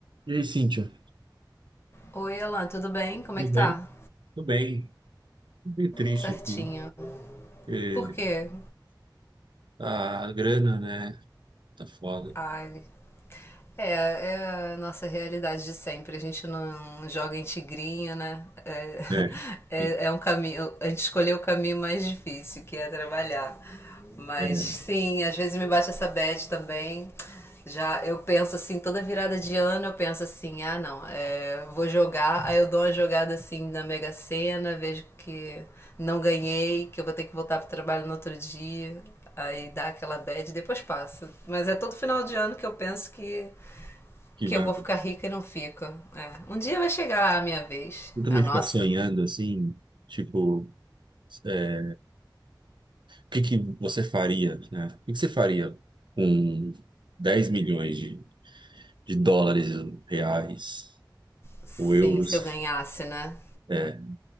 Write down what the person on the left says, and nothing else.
Oi, Alan, tudo bem? Como
é que
tá?
Certinho.
Por quê?
Ai. É, é a nossa realidade de sempre. A gente não joga em tigrinho, né? É,
<laughs> é,
é um caminho. A gente escolheu o caminho mais difícil, que é trabalhar. Mas
sim, às vezes me bate essa bad também. Já eu penso assim, toda virada de ano eu penso assim, ah não, é, vou jogar, aí eu dou uma jogada assim na Mega Sena, vejo que não ganhei, que eu vou ter que voltar pro trabalho no outro dia, aí dá aquela bad e depois passa. Mas é todo final de ano que eu penso que,
que
eu vou ficar rica e não fico. É, Um dia vai chegar a minha vez,
a nossa.
Sim,
se eu ganhasse, né?